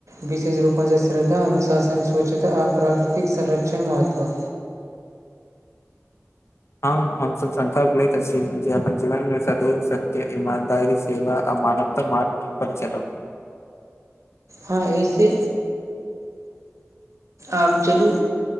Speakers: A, on the right; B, on the left.
A: विशेष रूप सँ श्रद्धा अनुशासन स्वच्छता आ प्राकृतिक संरक्षण महत्व
B: हँ हमसब संकल्प लैत छी जे अपन जीवन मे सगरोसत्य ईमानदारी सेवा आ मानव तऽ मार्ग पर चलब
A: हँ, एहिसँ आब चलू।